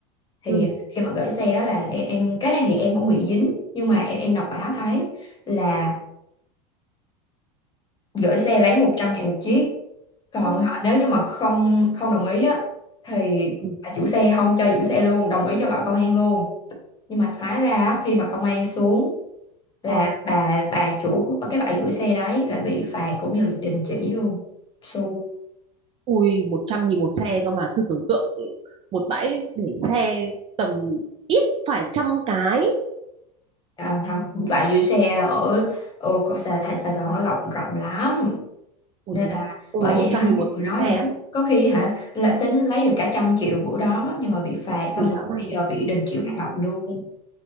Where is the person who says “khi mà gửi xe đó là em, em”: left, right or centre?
Left